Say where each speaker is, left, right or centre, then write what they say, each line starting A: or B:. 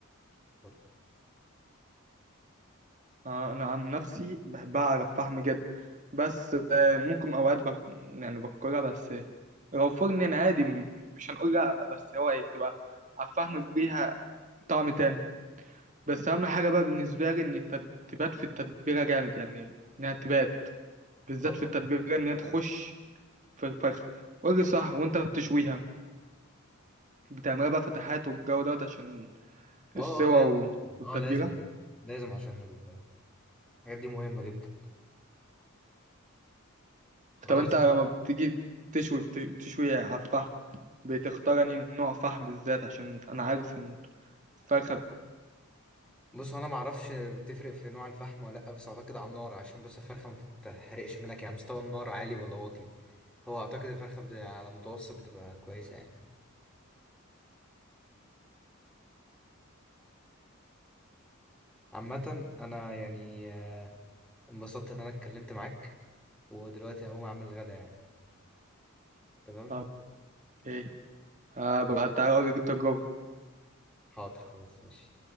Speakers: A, in the centre; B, on the right.
A: برضه.
B: آه، انا عن نفسي بحبها على الفحم جدا بس آه، ممكن اوقات بك... يعني باكلها بس آه، لو فرن يعني عادي م- مش هنقول لا بس هو ايه بتبقى على الفحم ليها طعم تاني بس اهم حاجه بقى بالنسبه لي ان التد- تبات في التتبيله جامد يعني انها تبات بالذات
A: اه
B: في التتبيله انها تخش في الفرخه قول لي صح وانت بتشويها بتعملها بقى فتحات والجو دوت عشان السوا
A: اه آه، لازم
B: و... والتتبيله
A: اه لازم لازم عشان ال- الحاجات دي مهمه جدا خلاص
B: طب انت لما بتيجي تشوي بت- بتشوي على الفحم بتختار انهي نوع فحم بالذات عشان انا عارف ان الفرخة
A: بص هو انا ما اعرفش بتفرق في نوع الفحم ولا لا بس اعتقد على النار عشان بس الفرخه ما تتحرقش منك يعني مستوى النار عالي ولا واطي هو اعتقد الفرخه بت- على متوسط بتبقى كويسه يعني عامه انا يعني آه، انبسطت ان انا اتكلمت معاك ودلوقتي هقوم اعمل الغدا يعني تمام
B: بت- ايه هبقى تعالى اوريك التجربة
A: حاضر خلاص ماشي